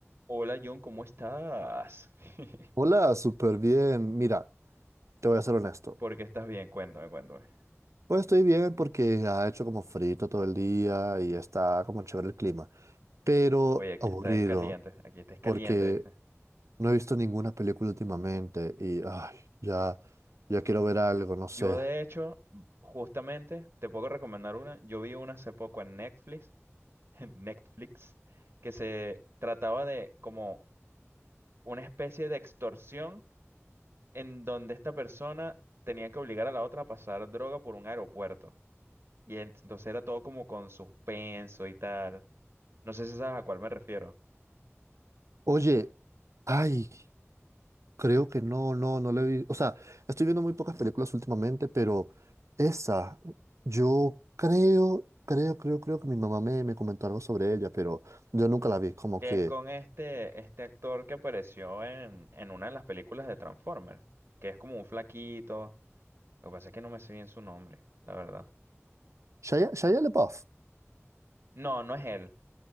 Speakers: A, on the right (about 55°); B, on the right (about 80°).
A: Hola John, ¿cómo estás? <laughs>
B: Hola, súper bien. Mira, te voy a ser honesto.
A: ¿Por qué estás bien? Cuéntame, cuéntame.
B: Pues estoy bien porque ha hecho como frito todo el día y está como chévere el clima, pero
A: Oye, aquí
B: aburrido
A: estás caliente, aquí estás caliente,
B: porque
A: ¿viste?
B: no he visto ninguna película últimamente y ay, ya, ya quiero ver algo, no
A: Yo
B: sé.
A: de hecho, justamente, te puedo recomendar una. Yo vi una hace poco en Netflix, <laughs> en Netflix, que se trataba de como una especie de extorsión en donde esta persona tenía que obligar a la otra a pasar droga por un aeropuerto. Y ent- entonces era todo como con suspenso y tal. No sé si sabes a cuál me refiero.
B: Oye, ay. Creo que no, no, no la he visto. O sea, estoy viendo muy pocas películas últimamente, pero esa, yo creo, creo, creo, creo que mi mamá me, me comentó algo sobre ella, pero yo nunca la vi. Como
A: que
B: que
A: es con este, este actor que apareció en, en una de las películas de Transformers, que es como un flaquito. Lo que pasa es que no me sé bien su nombre, la verdad.
B: Shia, Shia LaBeouf,
A: No, no es él.